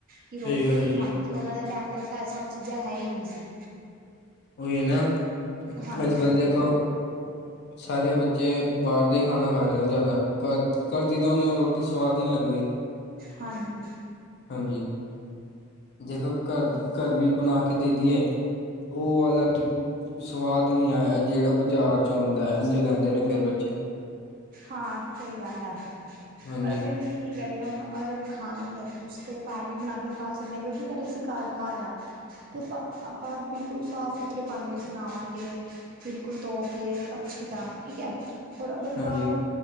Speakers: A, on the right; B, on the left.
A: ਕਿ ਰੋਟੀ
B: ਸਹੀ ਗੱਲ
A: ਹੀ
B: ਹੈ ਜੀ
A: ਖਾਂਦੇ ਸੀ, ਉਹਨਾਂ ਦੇ ਟਾਈਮ ਤੇ ਸਭ ਚੀਜ਼ਾਂ ਹੈ ਹੀ ਨਹੀਂ ਸੀ।
B: ਉਹੀ ਐ ਨਾ
A: ਹਾਂਜੀ
B: ਅੱਜ-ਕੱਲ ਦੇਖੋ ਸਾਰੇ ਬੱਚੇ ਬਾਹਰ ਦਾ ਹੀ ਖਾਣਾ ਖਾ ਰਹੇ ਨੇ ਜ਼ਿਆਦਾ ਘਰ ਘਰ ਦੀ ਤਾਂ ਉਹਨੂੰ ਰੋਟੀ ਸਵਾਦ ਹੀ ਨਹੀਂ ਲੱਗਦੀ।
A: ਹਾਂਜੀ।
B: ਹਾਂਜੀ, ਜੇਕਰ ਘਰ ਘਰ ਵੀ ਬਣਾ ਕੇ ਦੇ ਦਈਏ। ਉਹ ਵਾਲਾ ਸਵਾਦ ਨਹੀਂ ਆਇਆ ਜਿਹੜਾ ਬਾਜ਼ਾਰ ਚ ਆਉਂਦਾ ਐਂਝ ਕਹਿੰਦੇ ਨੇ ਫਿਰ ਬੱਚੇ।
A: ਹਾਂ ਸਹੀ ਗੱਲ ਆ
B: ਹਾਂਜੀ
A: ਪਰ ਫੇਰ ਵੀ ਕੀ ਕਰੀਏ ਹੁਣ ਅਗਰ ਖਾਣਾ ਹੀ ਐ ਕੁਛ ਤੇ ਘਰ ਵੀ ਬਣਾ ਕੇ ਖਾ ਸਕਦੇ ਆ ਕਿਉਂਕਿ ਜੇਕਰ ਅਸੀਂ ਘਰ ਖਾ ਰਹੇ ਹਾਂ ਤਾਂ ਆਪ ਆਪਾਂ ਬਿਲਕੁਲ ਸਾਫ਼-ਸੁਥਰੇ ਭਾਂਡੇ 'ਚ ਬਣਾਵਾਂਗੇ। ਬਿਲਕੁਲ ਧੋ ਕੇ ਅੱਛੀ ਤਰ੍ਹਾਂ ਠੀਕ ਆ ਔਰ ਅਗਰ
B: ਹਾਂਜੀ
A: ਬਾਹਰ ਉਹ